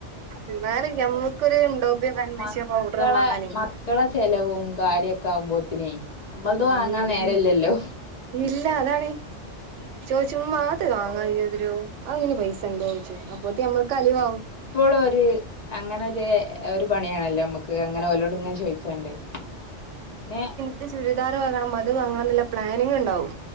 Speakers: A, on the right; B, on the left.
A: എന്നാലും ഞമ്മക്കൊരു ണ്ടോപിയോ കൺമശിയോ
B: മക്കളെ
A: പൗഡർ വാങ്ങാനേ
B: മക്കളെ ചെലവും കാര്യൊക്കെ ആകുമ്പോത്തിനേ നമ്മൾത്
A: ഉം
B: വാങ്ങാൻ നേരല്ലല്ലോ.
A: ഇല്ല അതാണേ ചോദിച്ചു മ്മാ അത് വാങ്ങായ്യോതിരോ അതിന് പൈസ ഉണ്ടോ. ചോദിക്കുമ്പോ ഞമ്മൾക്ക് കളിവവാവും.
B: ഇപ്പോഴും ഒരു അങ്ങനെ ഒരു ഒരു പണിയാണല്ലോ നമുക്ക്. അങ്ങനെ ഓരോട്
A: ഉം
B: ചോദിച്ചാണ്ട് പിന്നെ.
A: ൻക്ക് ചുരിദാർ വാങ്ങണം അത് വാങ്ങണം എന്നുള്ള പ്ലാനിങ് ഉണ്ടാവും.